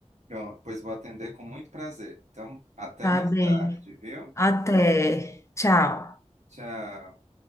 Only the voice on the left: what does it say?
Tá
bem.
Até. Tchau.